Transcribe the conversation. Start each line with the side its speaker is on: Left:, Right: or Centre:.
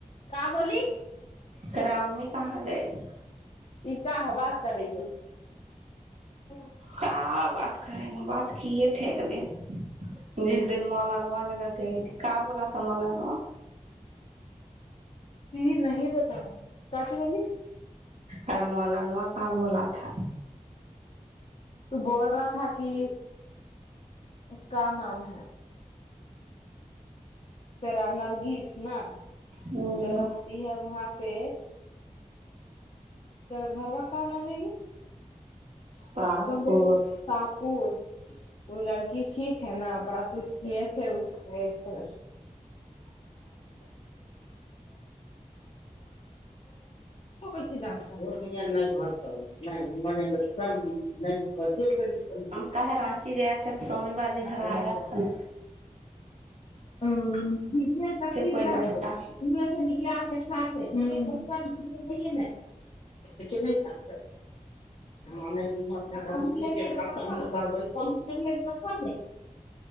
Left: کیا بولی
Right: گرامی کہاں گئی
Left: ای کا ہے بات کرے گی اچ
Right: کیا بات کریں بات کیے تھے ایک دن جس دن مولانا جگہ گئی تھی کیا بولا تھا مولانا
Left: یہ نہیں بتائے کاچ بولی
Right: ارے مولانوا کیا بولا تھا
Left: تو بول رہا تھا کی کا نام ہے تیرا نرگس نا
Right: ہوں
Left: جو رہتی ہے وہاں پہ تیرا گھر کا کام وام نہیں
Right: شاہپور
Left: کون گئی تھی شاہ پور وہ لڑکی ٹھیک ہے نا بات وت کیے تھے اس سے <inaudible> <unintelligible> <unintelligible>
Right: طاہر رانچی گیا تھے تو سومی باجی گھر
Left: ہے
Right: آیا تھا نہ
Left: <unintelligible>
Right: کوئی لگتا
Left: <unintelligible> <inaudible>